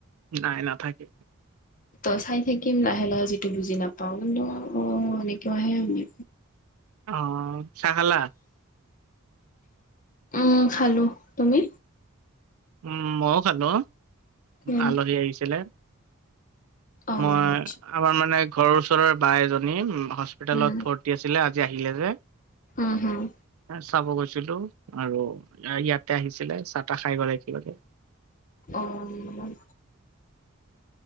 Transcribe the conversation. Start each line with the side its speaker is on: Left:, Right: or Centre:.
Right: নাই নাথাকে।
Left: ত' চাই থাকিম লাহে লাহে যিটো বুজি নাপাওঁ ন এনেকেও আহে বুলি।
Right: অঁ' চাহ খালা?
Left: উম' খালো, তুমি?
Right: উম' মইও খালো,
Left: উম
Right: আলহী আহিছিলে।
Left: অ
Right: মই
Left: আচ্ছা
Right: আমাৰ মানে ঘৰৰ ওচৰৰ বা এজনী হস্পিতেলত
Left: উম
Right: ভৰ্ত- তি আছিলে আজি আহিলে যে।
Left: উম হুম'
Right: চাব গৈছিলো আৰু ইয়াতে আহিছিলে চাহ তাহ খাই গ'লে কিবাকে।
Left: অঁ উম'।